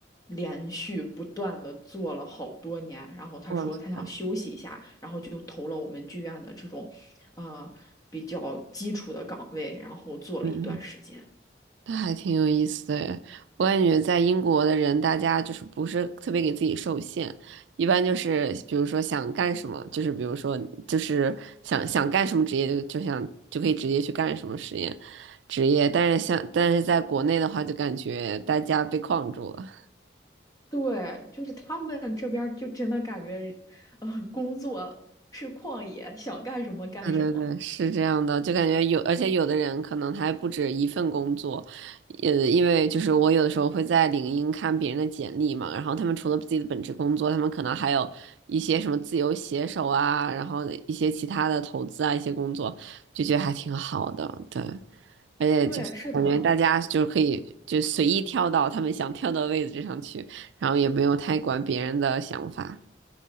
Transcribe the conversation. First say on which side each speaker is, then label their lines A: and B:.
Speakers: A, on the left; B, on the right.
A: 连续不断的做了好多年，然后他说他想休息一下，
B: 哇塞，
A: 然后就投了我们剧院的这种，呃，比较基础的岗位，然后做了一段时间。
B: 嗯嗯。那还挺有意思的诶我感觉在英国的人，大家就是不是特别给自己受限，一般就是比如说想干什么，就是比如说就是想想干什么职业就就想就可以直接去干什么实验职业，但是像但是在国内的话，就感觉大家被框住了。
A: 对，就是他们这边儿就真的感觉，呃，工作是旷野，想干什么干什么。
B: 嗯，是这样的，就感觉有，而且有的人可能他还不止一份工作，呃，因为就是我有的时候会在领英看别人的简历嘛，然后他们除了自己的本职工作，他们可能还有一些什么自由写手啊，然后一些其他的投资啊，一些工作，就觉得还挺好的，对，而且就是感觉大家就是可以就随意跳到他们想跳的位置上去，
A: 对，是的，
B: 然后也没有太管别人的想法，